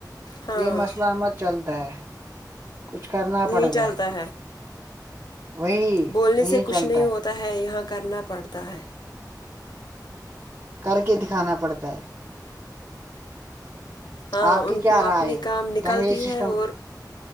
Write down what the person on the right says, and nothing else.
یہ مسلمت چلتا ہے کچھ کرنا
پڑتا
ہے وہی نہیں
چلتا
کر کے دکھانا پڑتا ہے
آپ
کی کیا
رائے
ہے
دہیج سسٹم